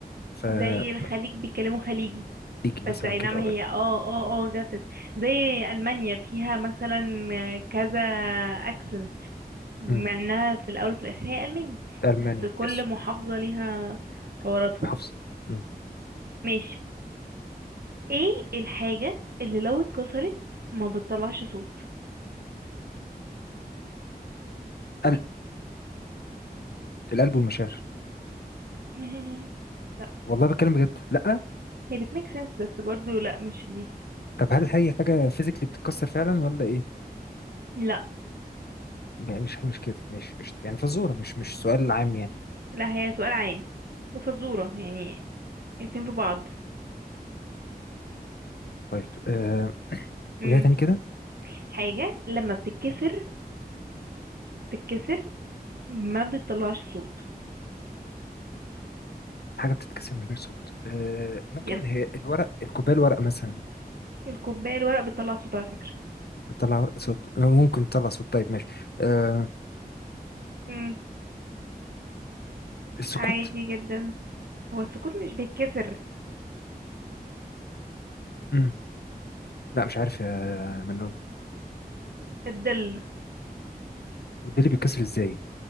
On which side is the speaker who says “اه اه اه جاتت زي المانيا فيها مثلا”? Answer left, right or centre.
Right